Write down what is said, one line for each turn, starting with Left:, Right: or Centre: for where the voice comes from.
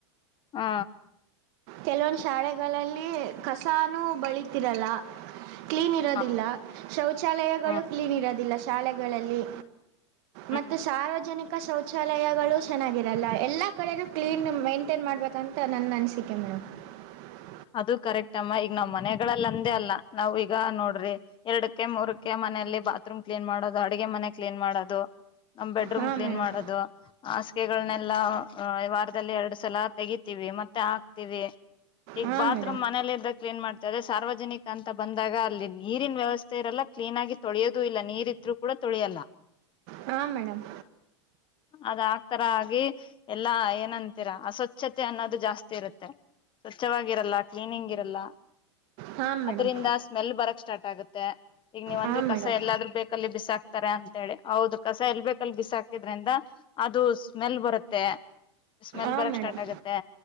Left: ಹಾ
Right: ಕೆಲವೊಂದು ಶಾಲೆಗಳಲ್ಲಿ ಕಸಾನೂ ಬಳೀತಿರಲ್ಲ ಕ್ಲೀನ್ ಇರೋದಿಲ್ಲ
Left: ಹ
Right: ಶೌಚಾಲಯಗಳು
Left: ಹ್ಮ್
Right: ಕ್ಲೀನ್ ಇರೋದಿಲ್ಲ ಶಾಲೆಗಳಲ್ಲಿ
Left: ಹ್ಮ್
Right: ಮತ್ತು ಸಾರ್ವಜನಿಕ ಶೌಚಾಲಯಗಳು ಚೆನ್ನಾಗಿರಲ್ಲ ಎಲ್ಲ ಕಡೆನೂ ಕ್ಲೀನ್ ಮೈಂಟೈನ್ ಮಾಡ್ಬೇಕಂತ ನನ್ನ ಅನಿಸಿಕ <unintelligible>
Left: ಅದು ಕರೆಕ್ಟ್ ಅಮ್ಮ ಈಗ ನಾವ್ ಮನೆಗಳಲ್ಲ ಅಂದೇ ಅಲ್ಲ ನಾವ್ ಈಗ ನೋಡ್ರಿ ಎರಡಕ್ಕೆ ಮೂರಕ್ಕೆ ಮನೆಯಲ್ಲಿ ಬಾತ್ರೂಮ್ ಕ್ಲೀನ್ ಮಾಡೋದು ಅಡಗೆ ಮನೆ ಕ್ಲೀನ್ ಮಾಡೋದು ನಮ ಬೆಡ್ರೂಮ್
Right: ಹಾಂ
Left: ಕ್ಲೀನ್
Right: ಮೇಡಮ್
Left: ಮಾಡೋದು ಹಾಸಿಗೆಗಳನೆಲ್ಲಾ ವಾರದಲ್ಲಿ ಎರಡು ಸಲ ತೆಗತಿವಿ ಮತ್ತೆ ಹಾಕ್ ತಿವಿ <unintelligible> ಈಗ
Right: ಹಾಂ
Left: ಬಾತ್ರೂಮ್
Right: ಮೇಡಮ್
Left: ಮನೇಲಿ ಇದ್ದಾಗ ಕ್ಲೀನ್ ಮಾಡ್ತೀವಿ <unintelligible> ಸಾರ್ವಜನಿಕ ಅಂತ ಬಂದಾಗ ಅಲ್ಲಿ ನೀರಿನ ವ್ಯವಸ್ಥೆ ಇರಲ್ಲ ಕ್ಲೀನ್ ಆಗಿ ತೊಳಿಯೋದು ಇಲ್ಲ ನೀರ್ ಇದ್ರು ಕೂಡ ತೊಳಿಯಲ್ಲ
Right: ಹಾ ಮೇಡಮ್
Left: ಅದ ಆಗ್ತಾರಾ <unintelligible> ಆಗಿ ಎಲ್ಲಾ ಏನಂತೀರ ಅಸ್ವಚ್ಛತೆ ಅನ್ನೋದು ಜಾಸ್ತಿ ಇರುತ್ತೆ ಸ್ವಚ್ಛವಾಗಿರಲ್ಲ ಕ್ಲೀನಿಂಗ್ ಇರಲ್ಲ
Right: ಹಾಂ ಮೇಡಮ್
Left: ಅದರಿಂದ ಸ್ಮೆಲ್ ಬರಕ್ ಸ್ಟಾರ್ಟ್ ಆಗುತ್ತ ತೆ <unintelligible> ನಿವಂಧ್ರಿ
Right: ಹಾಂ
Left: <unintelligible> ಕಸ
Right: ಮೇಡಮ್
Left: ಎಲ್ಲಾದ್ರೂ ಬೇಕ ಅಲ್ಲಿ ಬಿಸಾಕ್ ಬಿಸಕ್ತಾರೆ ಅಂತೇಳಿ ಹೌದು ಕಸ ಎಲ್ ಬೇಕಲ್ಲಿ ಬಿಸಾಕಿದ್ರಿಂದ ಅದು ಸ್ಮೆಲ್ ಬರುತ್ತೆ ಸ್ಮೆಲ್
Right: ಹಾಂ
Left: ಬರಕ್
Right: ಮೇಡಮ್
Left: ಸ್ಟಾರ್ಟ್ ಆಗತ್ತೆ